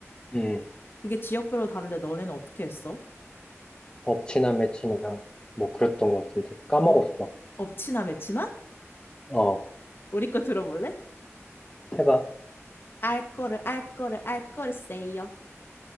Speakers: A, on the left; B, on the left.
A: 음,
B: 그게 지역별로 다른데 너네는 어떻게 했어?
A: 엎치나 매치나 뭐 그랬던
B: 어,
A: 것 같은데 까먹었어.
B: 업, 업치나 매치나?
A: 어,
B: 우리 거 들어볼래?
A: 해봐.
B: 알 거를 알 거를 알 거를 세요.